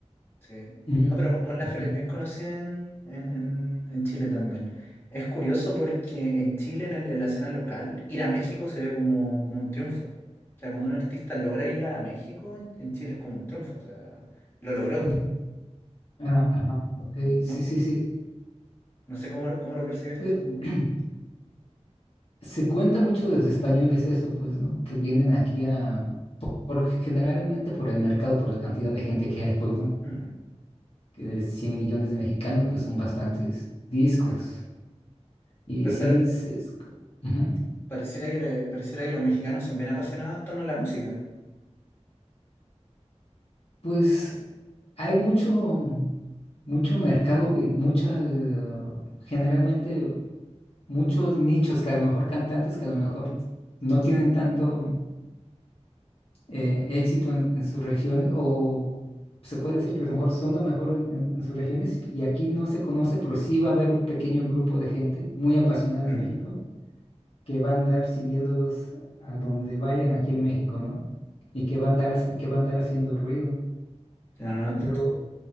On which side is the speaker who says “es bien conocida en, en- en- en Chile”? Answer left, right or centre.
Left